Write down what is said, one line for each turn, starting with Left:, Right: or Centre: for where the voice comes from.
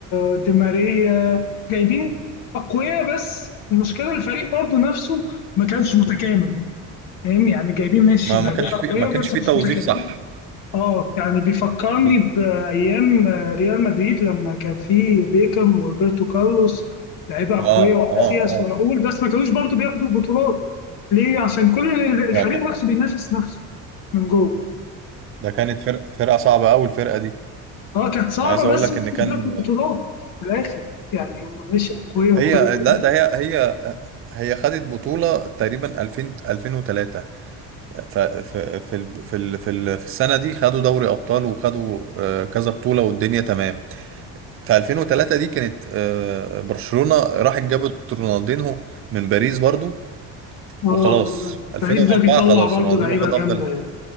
Left: آه، دي ماريا جايبين أقوياء بس المشكلة الفريق برضو نفسه ما كانش متكامل فاهم يعني جايبين ماشي
Right: ما
Left: يعني
Right: ما كانش
Left: جايبين أقوياء
Right: في ما كانش
Left: بس
Right: في
Left: مش
Right: توظيف
Left: متكامل
Right: صح
Left: اه يعني بيفكرني
Right: بز-
Left: بأيام آه، ريال مدريد لما كان فيه بيكام وروبرتو كارلوس لعيبة أقوياء
Right: اه
Left: وكاسياس
Right: اه اه
Left: وراؤول بس ما كانوش برضو بياخدوا بطولات ليه؟ عشان كل
Right: ده
Left: الفريق
Right: كان
Left: نفسه بينافس نفسه من جوه
Right: ده كانت فرقة فرقة صعبة أوي الفرقة دي
Left: اه كانت صعبة
Right: أنا عايز أقول
Left: بس
Right: لك
Left: ما
Right: إن
Left: كانوش
Right: كان
Left: بياخدوا البطولات في الآخر يعني هم ماشي أقوياء وكل
Right: هي لا
Left: حاجة
Right: ده هي هي هي خدت بطولة تقريبا 2000 2003 ف- ف- في ال- في ال- في ال- في السنة دي خدوا دوري أبطال وخدوا آه، كذا بطولة والدنيا تمام في 2003 دي كانت آه، برشلونة راحت جابت رونالدينهو من باريس برضو
Left: اه
Right: وخلاص 2004
Left: باريس ده بيطلع
Right: خلاص
Left: برضه
Right: رونالدينهو
Left: لعيبة
Right: خد
Left: جامدة
Right: أفضل
Left: يعني